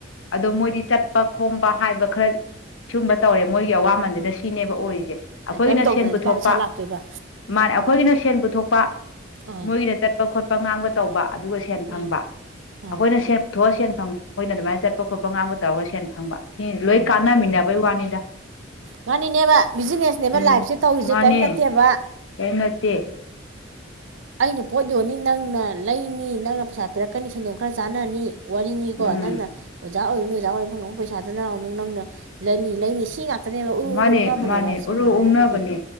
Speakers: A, on the left; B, on the right.
A: ꯑꯗꯨꯗꯣ ꯃꯣꯏꯗꯤ ꯆꯠꯄ ꯈꯣꯝꯕ ꯍꯥꯏꯕ ꯈꯔ ꯁꯨꯝꯕ ꯇꯧꯔꯦ ꯃꯣꯏꯒꯤ ꯑꯋꯥꯃꯟꯁꯤꯅ ꯁꯤꯅꯦꯕ ꯑꯣꯏꯔꯤꯁꯦ ꯑꯩꯈꯣꯏꯒꯤꯅ
B: ꯀꯩꯝ
A: ꯁꯦꯟ
B: ꯇꯧꯗꯅꯗꯤ
A: ꯄꯨꯊꯣꯛꯄ
B: ꯀꯥꯏ ꯄꯩꯁꯥ ꯂꯥꯛꯇꯣꯏꯕ
A: ꯃꯥꯅꯦ ꯑꯩꯈꯣꯏꯒꯤꯅ ꯁꯦꯟ ꯄꯨꯊꯣꯛꯄ
B: ꯑꯥ
A: ꯃꯣꯏꯒꯤꯅ ꯆꯠꯄ ꯈꯣꯠꯄ ꯉꯥꯡꯕ ꯇꯧꯕ ꯑꯗꯨꯒ ꯁꯦꯟ ꯐꯪꯕ
B: ꯑꯥ ꯑꯥ
A: ꯑꯩꯈꯣꯏꯅ ꯁꯦꯟ ꯄꯨꯊꯣꯛꯑ ꯁꯦꯟ ꯑꯩꯈꯣꯏꯅ ꯑꯗꯨꯃꯥꯏꯅ ꯆꯠꯄ ꯈꯣꯠꯄ ꯉꯥꯡꯕ ꯇꯧꯔꯒ ꯁꯦꯟ ꯐꯪꯕ ꯁꯤ ꯂꯣꯏ
B: ꯎꯝ
A: ꯀꯥꯟꯅꯃꯤꯟꯅꯕꯩ ꯋꯥꯅꯤꯗ
B: ꯉꯥꯅꯤꯅꯦꯕ ꯕꯤꯖꯤꯅꯦꯁꯅꯦꯕ
A: ꯎꯝ
B: ꯂꯥꯏꯐꯁꯦ ꯇꯧꯔꯤꯁꯦ
A: ꯃꯥꯅꯦ
B: ꯀꯔꯤꯝ ꯅꯠꯇꯦꯕ
A: ꯀꯔꯤꯝ ꯅꯠꯇꯦ
B: ꯑꯩꯅ ꯄꯣ ꯌꯣꯅꯤ ꯅ ꯅꯪꯅ ꯂꯩꯅꯤ ꯅꯪꯅ ꯄꯩꯁꯥ ꯄꯤꯔꯛꯀꯅꯤ ꯁꯦꯟꯗꯣꯡ ꯈꯔ ꯆꯥꯅꯅꯤ ꯋꯥꯔꯤꯅꯤꯀꯣ
A: ꯎꯝ
B: ꯅꯪꯅ ꯑꯣ ꯑꯣꯖꯥ ꯑꯣꯏꯗꯣ ꯅꯣꯏ ꯑꯣꯖꯥ ꯑꯣꯏꯔꯝ ꯐꯪꯉꯕ ꯄꯩꯁꯥꯗꯨꯅ ꯑꯃꯨꯛ ꯅꯪꯅ ꯂꯩꯅꯤ ꯂꯩꯅꯤ ꯁꯤ ꯉꯥꯛ ꯐꯅꯦꯕ ꯎꯔꯨ
A: ꯃꯥꯅꯦ
B: ꯎꯔꯨ ꯎꯛꯅꯕꯅꯦꯕ
A: ꯃꯥꯅꯦ
B: ꯁꯦꯡꯅ
A: ꯎꯔꯨ ꯎꯪꯅꯕꯅꯦ
B: ꯍꯥꯏꯔꯒꯗꯤ